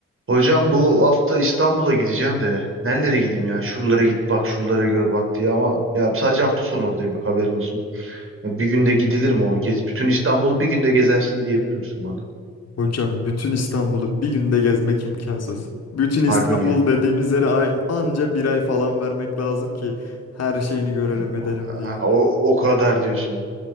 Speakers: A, on the right (about 45°); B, on the left (about 55°).
A: Hocam bu hafta İstanbul'a gideceğim de nerelere gideyim ya? Şuralara git bak, şuralara gör bak diye ama ya sadece hafta sonu oradayım bak haberin olsun. Ya bir günde gidilir mi o? Gez, bütün İstanbul'u bir günde gezersin diyebilir misin bana?
B: Hocam bütün İstanbul'u bir günde gezmek imkansız. Bütün
A: Harbi
B: İstanbul
A: mi ya?
B: dediğimiz yere an- anca bir ay falan vermek lazım ki her şeyini görelim
A: O,
B: edelim diye.
A: ha, o, o kadar diyorsun.